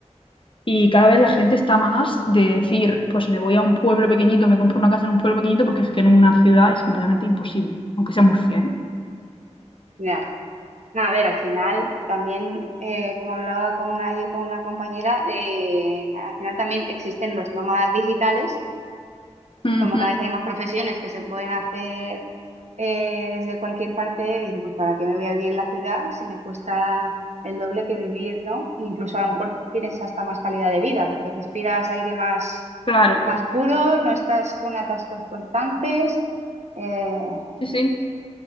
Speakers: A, on the left (about 45°); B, on the right (about 70°).
A: Y cada vez la gente está más de decir, pues me voy a un pueblo pequeñito, me compro una casa en un pueblo pequeñito, porque es que en una ciudad es completamente imposible, aunque sea Murcia, ¿eh?
B: Ya. No, a ver, al final también, eh, como hablaba con una- ayer con una compañera, eh, al final también existen los nómadas digitales
A: Ujú.
B: como cada vez hay más profesiones que se pueden hacer eh, desde cualquier parte, dices pues ¿para qué me voy a vivir en la ciudad si me cuesta el doble que vivir, ¿no? Incluso a lo mejor tienes hasta más calidad de vida porque respiras aire más,
A: Claro,
B: más puro, no estás con atascos constantes. eh,
A: sí, sí,